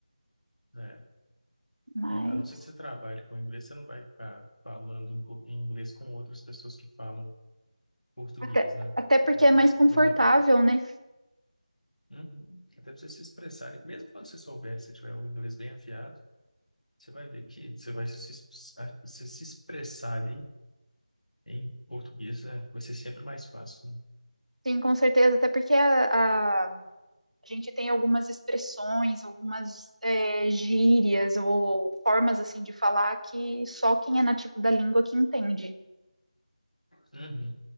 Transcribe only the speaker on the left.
É,
é, a não ser que você trabalhe com inglês, você não vai ficar falando em co- em inglês com outras pessoas que falam português,
né?
O problema,
Uhum. até para você se expressar, e mesmo quando você souber, se tiver o inglês bem afiado, você vai ver que você vai se, es- a- você se expressar ali em português, é, vai ser sempre mais fácil, né?
Uhum.